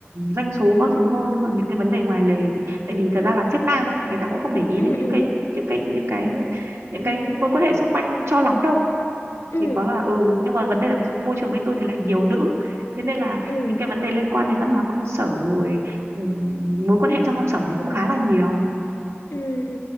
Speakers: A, on the right; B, on the left.
A: doanh số các thứ thôi chứ còn những cái vấn đề ngoài lề thì tại vì thật ra là sếp nam ấy người ta cũng không để ý
B: ừ
A: đến những
B: ừ
A: cái những cái những cái những cái mối quan hệ xung quanh cho lắm đâu
B: ừ
A: chỉ có là ừ nhưng mà vấn đề là ví dụ môi trường bên tôi thì lại nhiều nữ thế nên là
B: ừ
A: những cái vấn đề liên quan đến văn hóa công sở rồi ừ, mối quan hệ trong công sở thì cũng khá là nhiều
B: Ừ, ừ.